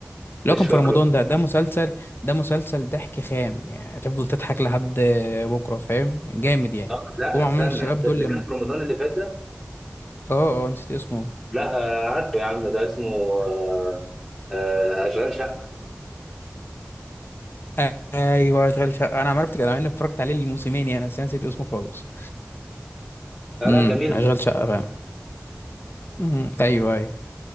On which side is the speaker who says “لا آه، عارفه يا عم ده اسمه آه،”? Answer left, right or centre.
Centre